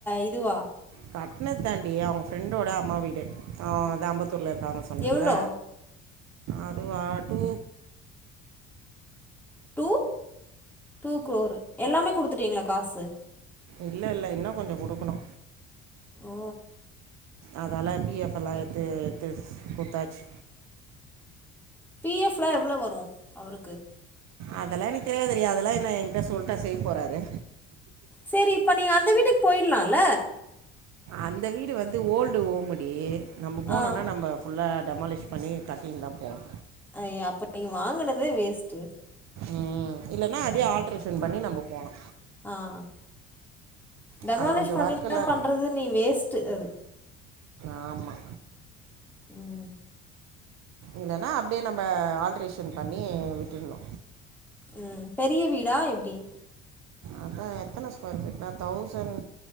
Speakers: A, in the centre; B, on the right (about 50°).
A: இதுவா
B: கட்ணத் தாண்டி அவங்க ஃப்ரெண்டோட அம்மா வீடு அவ அதா அம்பத்தூர்ல இருக்காங்க சொன்னல
A: எவ்ளோ
B: அதுவா டூ
A: டூ டூக் குரோரு எல்லாமே குடுத்துட்டீங்ளா காசு
B: இல்ல இல்ல இன்ன கொஞ்ச குடுக்கணு
A: ஓ
B: அதலா பிஎஃப் எல்லா எத்து எத்து குடுத்தாச்சு
A: பிஎஃப்லா எவ்ளோ வரு அவருக்கு
B: அதெல்லா எனக்கு தெரியாது டி அதெல்லா என்ன என்ட்ட சொல்ட்டா செய்ய போறாரு
A: சரி இப்ப நீ அந்த வீட்டுக்கு போயிலால
B: அந்த வீடு வந்து ஓல்டு ஓம்முடி நம்ப போனோம்ன
A: ஆ
B: நம்ப ஃபுல்லா டெமாலிஷ் பண்ணி கட்டிங்தா போணு
A: அய்ய அப்ப நீங்க வாங்குனதே வேஸ்ட்டு
B: உம் இல்லனா அதயே ஆல்ட்ரேஷன் பண்ணி நம்ம போலா
A: ஆஹ் டெமாலிஷ்
B: அது கொஞ்சம்
A: பண்ணினா
B: ஒர்க்கெல்லாம்
A: பண்றது நீ வேஸ்ட்டு அது
B: ஆமா
A: உம்
B: இல்லனா அப்டியே நம்ம ஆல்ட்ரேஷன் பண்ணி விட்டுட்ணு
A: ம் பெரிய வீடா எப்டி
B: அதா எத்தன ஸ்கொயர் ஃபீட்னா தௌசண்